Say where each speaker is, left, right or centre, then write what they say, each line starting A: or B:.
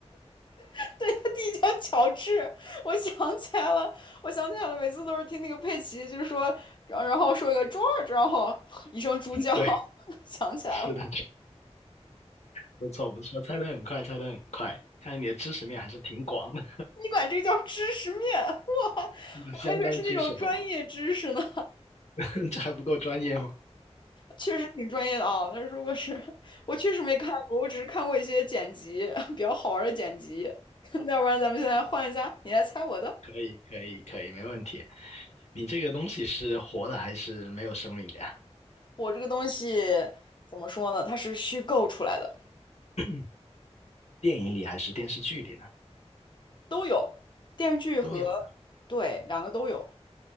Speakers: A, on the left (about 45°); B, on the left (about 75°).
A: <laughs> 对，他弟弟叫乔治，我想起来了，我想起来了，每次都是听那个佩奇，就是说，然后然后说一个 g 二 o 然后 <laughs> 一声猪叫，
B: <laughs> 对，
A: <laughs> 想起来了，
B: 是的，不错不错，猜得很快，猜得很快，看来你的知识面还是挺广的，
A: 你管这个叫知识面？哇，
B: <laughs>
A: 我还以为是那种专业知识呢，
B: 相当知识好吗？<laughs> 这还不够专业吗？
A: 确实挺专业的啊。但是如果是我确实没看过，我只是看过一些剪辑，<laughs> 比较好玩的剪辑。<laughs> 要不然咱们现在换一下，你来猜我的，
B: 可以可以可以，没问题。你这个东西是活的还是没有生命的呀？
A: 我这个东西怎么说呢？它是虚构出来的。
B: <coughs> <clears throat> 电影里还是电视剧里呢？
A: 都有，电视剧和
B: 都有的，
A: 对两个都有，